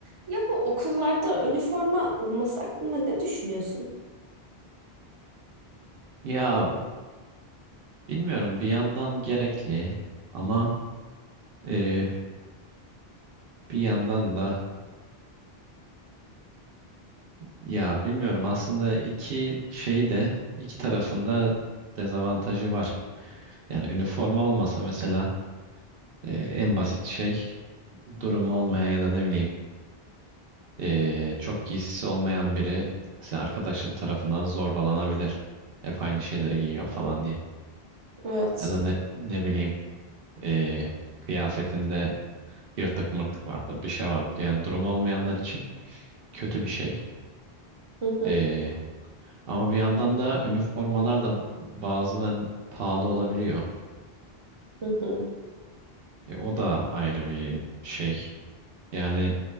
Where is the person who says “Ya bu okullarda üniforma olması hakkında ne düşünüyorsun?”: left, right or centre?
Right